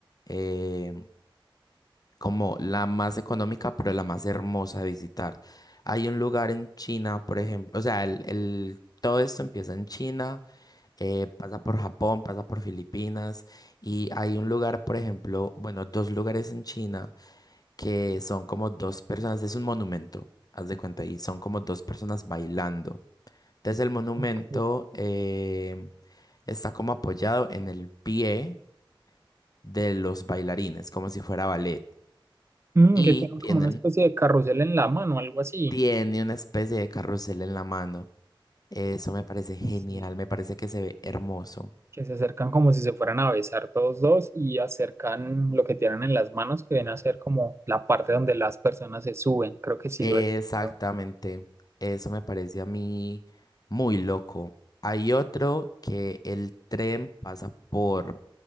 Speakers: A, on the left; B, on the right.
A: eh, como la más económica, pero la más hermosa de visitar. Hay un lugar en China, por ejemplo, o sea, el, el- todo esto empieza en China, eh, pasa por Japón, pasa por Filipinas, y hay un lugar, por ejemplo, bueno, dos lugares en China que son como dos personas, es un monumento, haz de cuenta, y son como dos personas bailando. Entonces el monumento
B: Ok.
A: eh, está como apoyado en el pie de los bailarines, como si fuera ballet,
B: Mm,
A: y
B: que tienen
A: tienen,
B: como una especie de carrusel en la mano, algo así.
A: tiene una especie de carrusel en la mano. Eso me parece genial,
B: Y sí,
A: me parece que se ve hermoso.
B: que se acercan como si se fueran a besar todos dos y acercan lo que tienen en las manos, que viene a ser como la parte donde las personas se suben. Creo que sí
A: Exactamente,
B: lo he visto.
A: eso me parece a mí muy loco. Hay otro que el tren pasa por